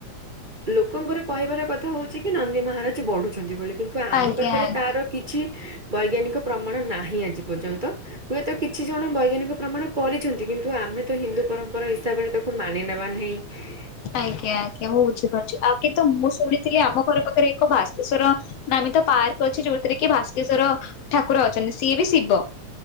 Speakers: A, on the right (about 65°); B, on the left (about 55°).
A: ଲୋକଙ୍କର କହିବାର କଥା ହଉଛି କି ନନ୍ଦୀ ମହାରାଜ୍ ବଢୁଛନ୍ତି ବଳି। କିନ୍ତୁ ଆମ
B: ଆଜ୍ଞା
A: ପାଖେରେ
B: ଆଜ୍ଞା।
A: ତାର କିଛି ବୈଜ୍ଞାନିକ ପ୍ରମାଣ ନାହିଁ ଆଜି ପଯନ୍ତ ହୁଏତ କିଛି ଜଣ ବୈଜ୍ଞାନିକ ପ୍ରମାଣ କରିଛନ୍ତି କିନ୍ତୁ ଆମେ ତ ହିନ୍ଦୁ ପରମ୍ପରା ହିସାବରେ ତାକୁ ମାନି ନେବା ନାହିଁ। <unintelligible>
B: ଆଜ୍ଞା ଆଜ୍ଞା ମୁଁ ବୁଝିପାରୁଛି ଆ କିନ୍ତୁ ମୁଁ ଶୁଣିଥିଲି ଆମ ଘର ପାଖରେ ଏକ ଦ୍ଭାସ୍କେଶ୍ଵର ନାମୀ ତ ପାର୍କେ ଅଛି ଯଉଥିରେ କି ଭାସ୍କେଶ୍ଵର ଠାକୁର ଅଛନ୍ତି ସିଏ ବି ଶିବ।